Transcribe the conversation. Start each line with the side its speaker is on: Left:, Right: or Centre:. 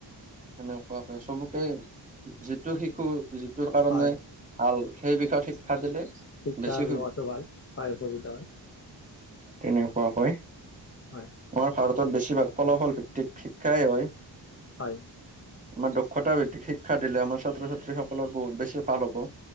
Right: সেনেকুৱাকে চবকে, যিটো শিশু যিটোৰ কাৰণে
Left: হয়
Right: ভাল, সেই বিষয় শিক্ষা দিলে
Left: শিক্ষা
Right: বেছি
Left: লোৱাটো ভাল, পাই সুবিধা হয়।
Right: তেনেকুৱা কৈ
Left: হয়।
Right: আমাৰ ভাৰতত বেছিভাগ ফলাফল ভিত্তিক শিক্ষাই হয়।
Left: হয়।
Right: আমাৰ দক্ষতা ভিত্তিক শিক্ষা দিলে, আমাৰ ছাত্ৰ-ছাত্ৰী সকলৰ বহুত বেছি ভাল হ'ব।